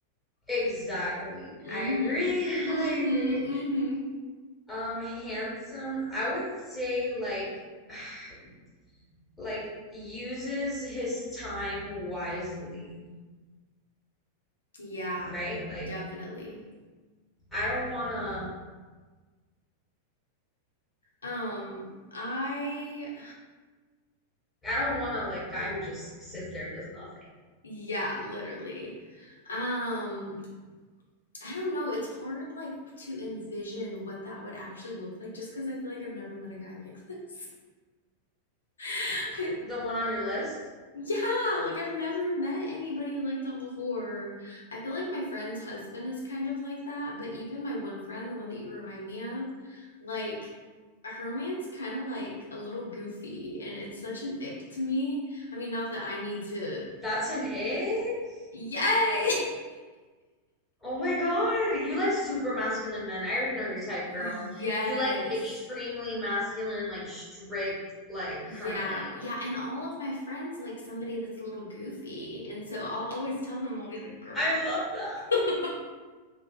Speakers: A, in the centre; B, on the left (about 70°).
A: exactly.
B: Mm
A: I agree.
B: hmm. Mm
A: <laughs> I agree.
B: hmm. Mm hmm.
A: Um, handsome, I would say like <sighs> like uses his time wisely,
B: Yeah,
A: right? Like
B: definitely.
A: I don't wanna
B: Um, I,
A: I don't want a like guy who just like sits there and does nothing.
B: yeah, literally. Um, I don't know. It's hard, like, to envision what that would actually look like just because I feel like I've never met a guy like this. <laughs>
A: Like
B: I,
A: the one on your list,
B: yeah, like, I've never met anybody like that before. I feel like my friend's husband is kind of like that, but even my one friend, the one that you remind me of, like, her man's kind of like a little goofy, and it's such an ick to me. I mean, not that I need to.
A: that's an egg.
B: Yay!
A: Oh my God, you like super masculine men. I already know your type,
B: <laughs>
A: girl.
B: yes.
A: You like extremely masculine, like strict, like
B: Yeah,
A: kind of like.
B: yeah, and all of my friends like somebody that's a little goofy, and so I'll always tell them I'll be like, girl.
A: I love that.
B: <laughs>